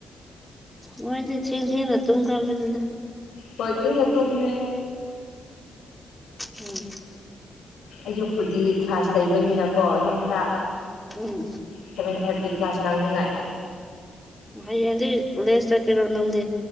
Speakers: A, in the centre; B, on the left.
A: ꯅꯣꯏꯗꯤ ꯊꯦꯡ ꯊꯦꯡꯅ ꯇꯨꯝꯒꯟꯕꯅꯤꯗꯥ
B: ꯍꯣꯏ ꯊꯦꯡꯅ ꯇꯨꯨꯝꯃꯦ
A: ꯎꯝ
B: ꯑꯌꯨꯛꯄꯨꯗꯤ ꯀ꯭ꯂꯥꯁ ꯂꯩꯕꯅꯤꯅꯀꯣ ꯑꯗꯨꯝ ꯈꯔ
A: ꯎꯝ
B: ꯁꯚꯦꯟ ꯊꯥꯔꯇꯤ ꯀ꯭ꯂꯥꯁ ꯅꯪꯅꯤꯉꯥꯏ
A: ꯍꯌꯦꯡꯗꯤ ꯀꯣꯂꯦꯁ ꯆꯠꯀꯦꯔꯣ ꯅꯪꯗꯤ